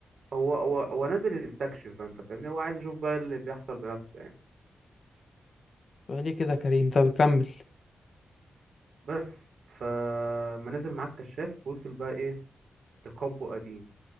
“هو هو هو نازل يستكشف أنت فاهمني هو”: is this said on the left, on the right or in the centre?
Right